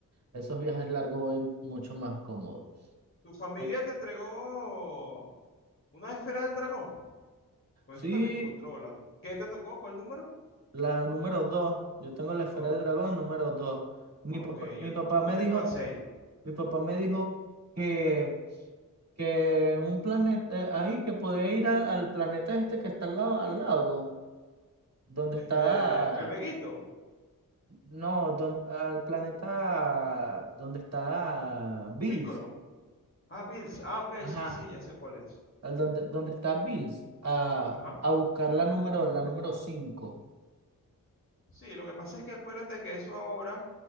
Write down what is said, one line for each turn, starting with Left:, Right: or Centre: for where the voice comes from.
Right: esos viajes largos voy mucho más cómodo.
Left: ¿Tu familia
Right: O-
Left: te entregó una esfera del dragón? Pues
Right: Sí,
Left: eso también te controla. ¿Qué te tocó? ¿Cuál número?
Right: la número dos. Yo tengo la esfera
Left: Oh,
Right: de dragón número dos. Mi
Left: ok,
Right: papá, mi
Left: yo,
Right: papá me
Left: yo tengo
Right: dijo,
Left: las seis.
Right: Mi papá me dijo que, que en un planeta, eh, ahí, que podía ir a- al planeta este que está al lado, al lado, donde
Left: Este,
Right: está,
Left: el Veguito,
Right: no, don- al planeta donde está Bills,
Left: Pícoro. Ah, Bills. Ah, ok,
Right: ajá,
Left: sí, sí, ya sé cuál es.
Right: al donde, donde está Bills, a,
Left: Ajá.
Right: a buscar la número, la número cinco
Left: Sí, lo que pasa es que acuérdate que eso ahora